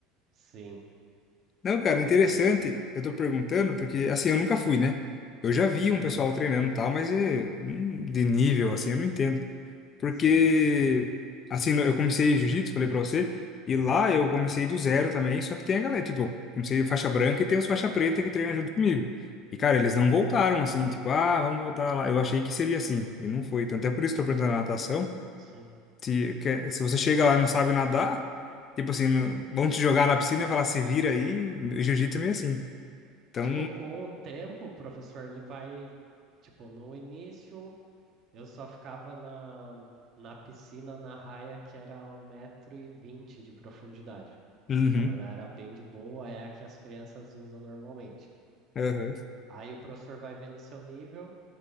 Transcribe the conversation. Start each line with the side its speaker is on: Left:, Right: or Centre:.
Right: Sim.
Left: Não, cara, interessante.
Right: E...
Left: Eu tô perguntando porque, assim, eu nunca fui, né? Eu já vi um
Right: Aham,
Left: pessoal treinando e tal, mas é, hum, de nível, assim, eu não entendo. Porque,
Right: sei.
Left: assim, eu comecei jiu-jitsu, falei pra você, e lá eu comecei do zero também, só que tem a galera, tipo, eu comecei faixa branca e tem os faixa preta que treinam junto comigo. E, cara, eles não voltaram, assim, tipo, ah, vamos voltar lá. Eu achei que seria assim, e não foi. Então, até por isso que eu tô perguntando na natação.
Right: Sim.
Left: Te- que- Se você chega lá e não sabe nadar, tipo assim, não- vão te jogar na piscina e falar, se vira aí. O jiu-jitsu
Right: Não.
Left: é meio assim. Então,
Right: Tipo, com o tempo, o professor, ele vai. Tipo, no início, eu só ficava na, na piscina, na raia, que era um metro e vinte de profundidade.
Left: uhum,
Right: Então, ela era bem de boa, é a que as crianças usam normalmente.
Left: aham,
Right: Aí o professor vai vendo o seu nível.